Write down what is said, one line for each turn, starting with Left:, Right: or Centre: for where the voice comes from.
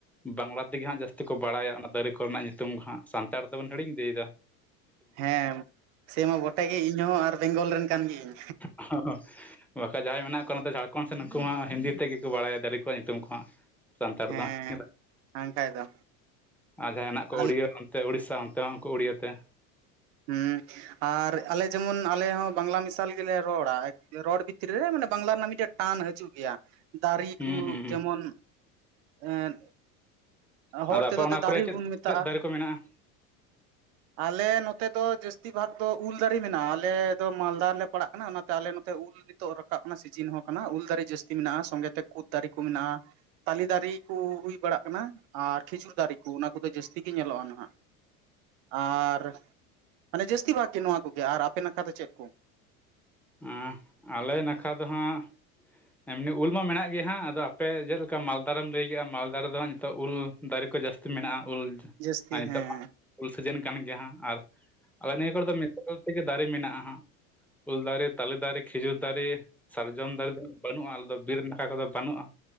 Centre: ᱵᱟᱝᱞᱟ ᱛᱮᱜᱮ ᱦᱟᱸᱜ ᱡᱟᱹᱥᱛᱤ ᱠᱚ ᱵᱟᱲᱟᱭᱟ ᱚᱱᱟ ᱫᱟᱨᱮ ᱠᱚᱨᱮᱱᱟᱜ ᱧᱩᱛᱩᱢ ᱦᱟᱸᱜ ᱥᱟᱱᱛᱟᱲ ᱫᱚᱵᱚᱱ ᱦᱤᱲᱤᱧ ᱤᱫᱤᱭ ᱫᱟ᱾
Right: ᱦᱮᱸ ᱥᱮ ᱢᱟ ᱵᱚᱴᱮ ᱜᱮ ᱤᱧ ᱦᱚᱸ ᱟᱨ ᱵᱮᱝᱜᱚᱞ ᱨᱮᱱ ᱠᱟᱱ ᱜᱤᱭᱟᱹᱧᱼᱼ
Centre: ᱚ ᱦᱸ ᱦᱸᱼᱼ ᱵᱟᱠᱷᱟᱡ ᱡᱟᱦᱟᱸᱭ ᱢᱮᱱᱟᱜ ᱠᱚᱣᱟ ᱱᱚᱛᱮ ᱡᱷᱟᱲᱠᱷᱚᱸᱰ ᱥᱮᱫ ᱱᱩᱠᱩ ᱢᱟ ᱦᱤᱱᱫᱤ ᱛᱮᱜ ᱜᱮᱠᱚ ᱵᱟᱲᱟᱭᱟ ᱫᱟᱨᱮ ᱠᱚᱣᱟᱜ ᱧᱩᱛᱩᱢ ᱠᱚ ᱦᱟᱸᱜ᱾ ᱥᱟᱱᱛᱟᱲ ᱫᱚ
Right: ᱦᱮᱸ
Centre: ᱦᱟᱸᱜ
Right: ᱵᱟᱝᱠᱷᱟᱡ ᱫᱚ
Centre: ᱟᱨ ᱡᱟᱦᱟ ᱦᱮᱱᱟᱜ ᱠᱚ
Right: ᱟᱞ
Centre: ᱩᱲᱤᱭᱟᱹᱼᱼ ᱛᱮ ᱩᱲᱤᱥᱥᱟ ᱚᱱᱛᱮ ᱦᱚᱸ ᱩᱱᱠᱩ ᱩᱲᱤᱭᱟᱹᱛᱮ,
Right: ᱦᱩᱸ᱾ ᱟᱨ ᱟᱞᱮ ᱡᱮᱢᱚᱱ ᱟᱞᱮ ᱦᱚᱸ ᱵᱟᱝᱞᱟ ᱢᱮᱥᱟᱞ ᱜᱮᱞᱮ ᱨᱚᱲᱟ ᱨᱚᱲ ᱵᱷᱤᱛᱨᱤ ᱨᱮ ᱢᱟᱱᱮ ᱵᱟᱝᱞᱟ ᱨᱮᱱᱟᱜ ᱢᱤᱫᱴᱮᱡ ᱴᱟᱱ ᱦᱟᱹᱡᱩᱜᱼᱟ᱾ ᱜᱮᱭᱟ ᱫᱟᱨᱤ
Centre: ᱦᱩᱸ
Right: ᱠᱩ
Centre: ᱦᱩᱸ ᱦᱩᱸ
Right: ᱡᱮᱢᱚᱱ ᱮᱸᱼᱼ ᱦᱚᱲ
Centre: ᱟᱫᱚ ᱟᱯᱮ
Right: ᱛᱮᱫᱚ
Centre: ᱚᱱᱟ
Right: ᱛᱮ ᱫᱟᱨᱮ
Centre: ᱠᱚᱨᱮ ᱪᱮᱫ
Right: ᱵᱩᱱ ᱢᱮᱛᱟᱜᱼᱟ
Centre: ᱪᱮᱫ ᱫᱟᱨᱮ ᱠᱚ ᱢᱮᱱᱟᱜᱼᱟ
Right: ᱟᱞᱮ ᱱᱚᱛᱮ ᱫᱚ ᱡᱟᱹᱥᱛᱤ ᱵᱷᱟᱜ ᱫᱚ ᱩᱞ ᱫᱟᱨᱮ ᱢᱮᱱᱟᱜᱼᱟ ᱟᱞᱮ ᱫᱚ ᱢᱟᱞᱫᱟ ᱨᱮᱞᱮ ᱯᱟᱲᱟᱜ ᱠᱟᱱᱟ ᱚᱱᱟᱛᱮ ᱟᱞᱮ ᱱᱚᱛᱮ ᱩᱞᱼᱼ ᱱᱤᱛᱚᱜ ᱨᱟᱠᱟᱵ ᱠᱟᱱᱟ ᱥᱤᱡᱤᱱ ᱦᱚᱸ ᱠᱟᱱᱟ ᱩᱞ ᱫᱟᱨᱮ ᱡᱟᱹᱥᱛᱤ ᱢᱮᱱᱟᱜᱼᱟ ᱥᱚᱸᱜᱮᱛᱮ ᱠᱩᱫ ᱫᱟᱨᱮ ᱠᱚ ᱢᱮᱱᱟᱜᱼᱟ᱾ ᱛᱟᱞᱮ ᱫᱟᱨᱤ ᱠᱩ ᱦᱩᱭ ᱵᱟᱲᱟᱜ ᱠᱟᱱᱟ ᱟᱨ ᱠᱷᱤᱡᱩᱨ ᱫᱟᱨᱤ ᱠᱩ ᱚᱱᱟ ᱠᱚᱫᱚ ᱡᱟᱹᱥᱛᱤ ᱜᱮ ᱧᱮᱞᱚᱜᱼᱟ ᱱᱟᱦᱟᱜᱼᱼ ᱟᱨ ᱢᱟᱱᱮ ᱡᱟᱹᱥᱛᱤ ᱵᱷᱟᱜᱽ ᱜᱮ ᱱᱚᱣᱟ ᱠᱚᱜᱮ ᱟᱨ ᱟᱯᱮ ᱱᱟᱠᱷᱟ ᱫᱚ ᱪᱮᱫ ᱠᱚ?
Centre: ᱦᱮᱸᱻ ᱟᱞᱮ ᱱᱟᱠᱷᱟ ᱫᱚ ᱦᱟᱸᱜᱼᱼ ᱮᱢᱱᱤ ᱩᱞ ᱢᱟ ᱢᱮᱱᱟᱜ ᱜᱮᱭᱟ ᱦᱟᱸᱜ ᱟᱫᱚ ᱟᱯᱮ ᱡᱮᱞᱠᱟ ᱢᱟᱞᱫᱟᱨᱮᱢ ᱞᱟᱹᱭ ᱠᱮᱜᱼᱟ ᱢᱟᱞᱫᱟ ᱨᱮᱫᱚ ᱦᱟᱸᱜ ᱱᱤᱛᱚᱜ ᱩᱞ ᱫᱟᱨᱮ ᱠᱚ ᱡᱟᱹᱥᱛᱤᱼᱼ ᱢᱮᱱᱟᱜᱼᱟ ᱚᱞ
Right: ᱡᱟᱹᱥᱛᱤ
Centre: ᱟᱨ ᱱᱤᱛᱳ
Right: ᱦᱮᱸ
Centre: ᱢᱟ ᱩᱞ ᱥᱤᱡᱤᱱ ᱠᱟᱱ ᱜᱮᱭᱟ ᱦᱟᱸᱜ ᱟᱨ ᱟᱞᱮ ᱱᱤᱭᱟᱹ ᱠᱚᱨᱮ ᱫᱚ ᱼᱼ ᱛᱮᱜᱮ ᱫᱟᱨᱮ ᱢᱮᱱᱟᱜᱼᱟ ᱦᱟᱸᱜ, ᱩᱞ ᱫᱟᱨᱮ, ᱛᱟᱞᱮ ᱫᱟᱨᱮ, ᱠᱷᱤᱡᱩᱨ ᱫᱟᱨᱮ ᱾ ᱥᱟᱨᱡᱚᱢ ᱫᱟᱨᱮ ᱫᱚ <unintelligible> ᱵᱟᱹᱱᱩᱜᱼᱟ ᱟᱞᱮ ᱫᱚ ᱵᱤᱨ ᱱᱟᱠᱷᱟ ᱠᱚᱫᱚ ᱵᱟᱹᱱᱩᱜᱼᱟ